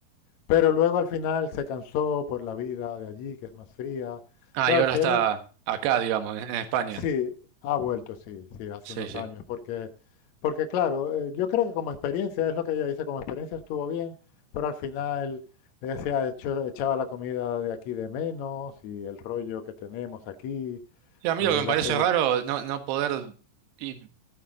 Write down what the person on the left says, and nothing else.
Pero luego al final se cansó por la vida de allí, que es más fría.
Claro,
si
eres,
sí, ha vuelto, sí, sí, hace
unos
años, porque, porque claro, eh, yo creo que como experiencia, es lo que ella dice, como experiencia estuvo bien, pero al final ella se ha hecho, echaba la comida de aquí de menos y el rollo que tenemos aquí,
que
la,
segu-